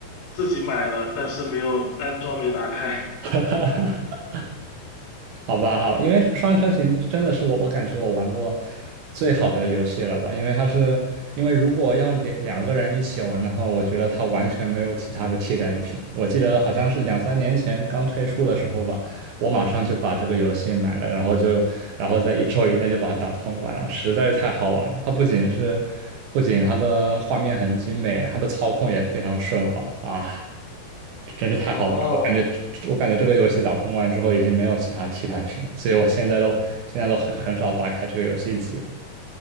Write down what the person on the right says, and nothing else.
<laughs> 好吧，好，因为是双人成行》真的是我，我感觉我玩过最好的游戏了吧，因为它是，因为如果要两两个人一起玩的话，我觉得它完全没有其他的替代品。我记得好像是两三年前刚推出的时候吧，我马上就把这个游戏买了，然后就，然后在一周以内就把它打通关了，实在是太好玩了它不仅是，不仅它的画面很精美，它的操控也非常顺滑啊，真是太好玩了。
我感觉，我感觉这个游戏打通关之后已经没有其他替代品了，所以我现在都现在都很很少打开这个游戏机了。